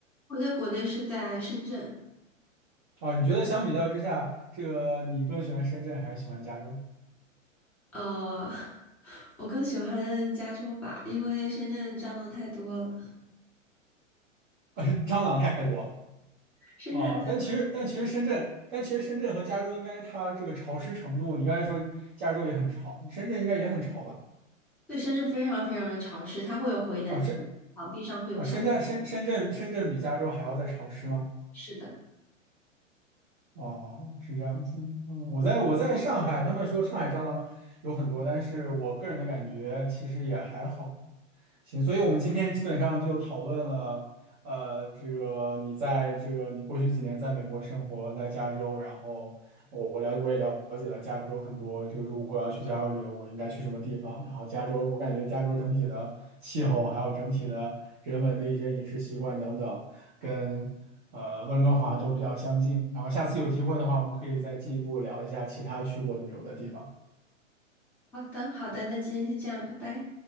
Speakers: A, in the centre; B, on the right.
A: 我在国内是在深圳，
B: 啊，你觉得相比较之下，这个你更喜欢深圳还是喜欢加州？
A: 呃，<laughs> 我更喜欢加州吧，因为深圳蟑螂太多了。
B: <laughs> 蟑螂太多
A: 深圳
B: 了啊！但其实但其实深圳，但其实深圳和加州应该它这个潮湿程度，你刚才说加州也很潮，深圳应该也很潮吧？
A: 对，深圳非常非常的潮湿，它会有回南天，
B: 啊，深
A: 墙壁上会有小
B: 啊，深圳深深圳深圳比加州还要再潮湿吗？
A: 是的。
B: 哦，是这样子。嗯，我在我在上海，他们说上海蟑螂有很多，但是我个人的感觉其实也还好。行，所以我们今天基本上就讨论了，呃，这个你在这个你过去几年在美国生活，在加州，然后我我了我也了解了加州很多，就如果我要去加州旅游，我应该去什么地方？然后加州，我感觉加州整体的气候，还有整体的人文的一些饮食习惯等等，跟呃温哥华都比较相近。然后下次有机会的话，我们可以再进一步聊一下其他去过旅游的地方。
A: 好的，好的，那今天先这样，拜拜。